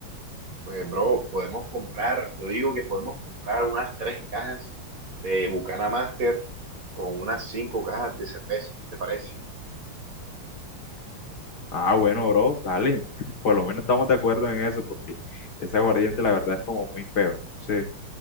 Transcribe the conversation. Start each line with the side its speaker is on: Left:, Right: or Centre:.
Right: Pues, bro, podemos comprar, yo digo que podemos comprar unas tres cajas de Bucana Master con unas cinco cajas de cerveza. ¿Qué te parece?
Left: Ah, bueno, bro, dale, <laughs> por lo menos estamos de acuerdo en eso, porque ese aguardiente la verdad es como muy feo, entonces